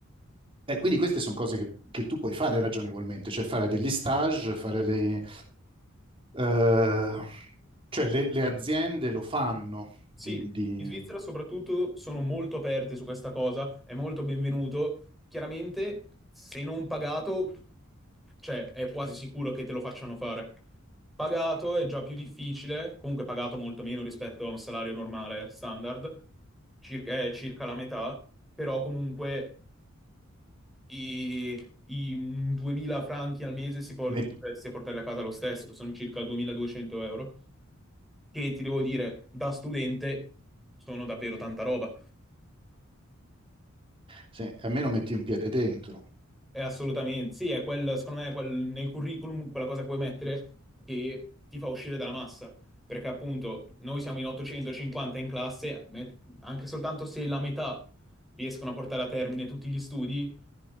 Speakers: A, on the right; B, in the centre.
A: E quindi queste sono cose che, che tu puoi fare ragionevolmente, cioè fare degli stage, fare dei... eh, cioè le, le aziende lo fanno,
B: Sì,
A: di, di-
B: in Svizzera soprattutto sono molto aperti su questa cosa, è molto benvenuto. Chiaramente, se non pagato, cioè è quasi sicuro che te lo facciano fare. Pagato è già più difficile, comunque pagato molto meno rispetto a un salario normale standard, circa, è circa la metà, però comunque e i mm, 2000 franchi al mese si por-
A: met-
B: riusciresti a portarli a casa lo stesso, sono circa 2200 euro, che ti devo dire, da studente sono davvero tanta roba.
A: Sì, almeno metti un piede dentro.
B: Eh, assolutamente, sì, è quel, secondo me, è quel, nel curriculum quella cosa che puoi mettere che ti fa uscire dalla massa, perché appunto noi siamo in 850 in classe, me- anche soltanto se la metà riescono a portare a termine tutti gli studi,